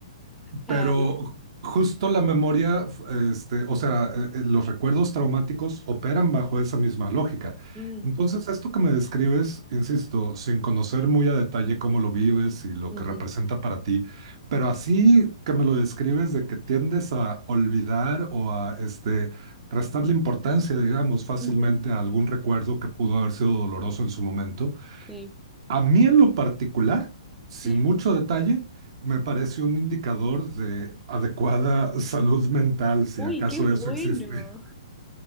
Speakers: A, in the centre; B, on the right.
A: Ay,
B: Pero justo la memoria, f- este, o sea, eh, eh, los recuerdos traumáticos operan bajo esa misma lógica.
A: mm,
B: Entonces, esto que me describes, insisto, sin conocer muy a detalle cómo lo vives y lo
A: ujú,
B: que representa para ti, pero así que me lo describes de que tiendes a olvidar o a este, restarle importancia, digamos, fácilmente
A: ujú,
B: a algún recuerdo que pudo haber sido doloroso en su momento.
A: sí.
B: A mí en lo particular, sin
A: Eh,
B: mucho detalle, me parece un indicador de adecuada <laughs> salud mental, si
A: Uy,
B: acaso
A: qué
B: eso
A: bueno.
B: existe.